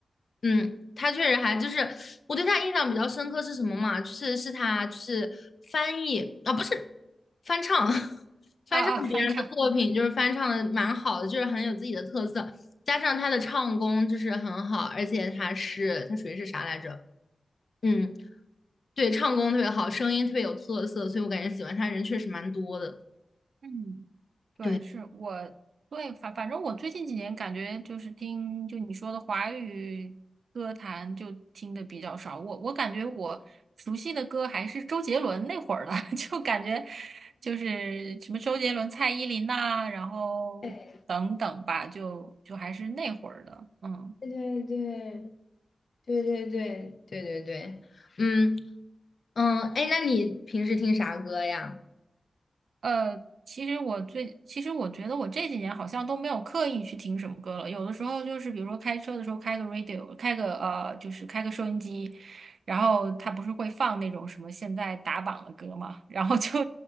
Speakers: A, on the left; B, on the right.
A: 嗯，他确实还就是我对他印象比较深刻是什么嘛？就是是他就是翻译啊，不是翻唱，<laughs> 翻唱别人的作品，
B: 啊啊，翻唱，
A: 就是翻唱的蛮好的，就是很有自己的特色，加上他的唱功就是很好，而且他是他属于是啥来着？嗯，对，唱功特别好，声音特别有特色，所以我感觉喜欢他人确实蛮多的。
B: 嗯。对，
A: 对。
B: 是我对反反正我最近几年感觉就是听就你说的华语歌坛就听的比较少，我我感觉我熟悉的歌还是周杰伦那会儿的，<laughs> 就感觉就是什么周杰伦、蔡依林呐、然后等等吧，
A: 哎
B: 就就还是那会儿的，嗯。
A: 对，对对对对对对对对。嗯嗯，哎，那你平时听啥歌呀？
B: 呃，其实我最，其实我觉得我这几年好像都没有刻意去听什么歌了。有的时候就是，比如说开车的时候开个 radio，开个呃，就是开个收音机，然后它不是会放那种什么现在打榜的歌嘛，<laughs> 然后就